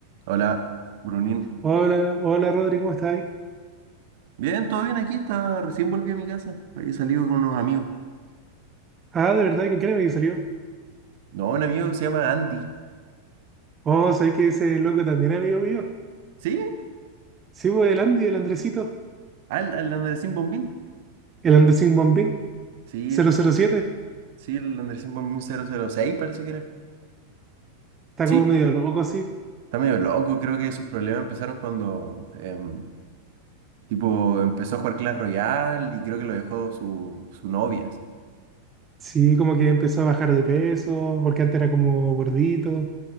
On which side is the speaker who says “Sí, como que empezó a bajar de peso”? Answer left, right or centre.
Right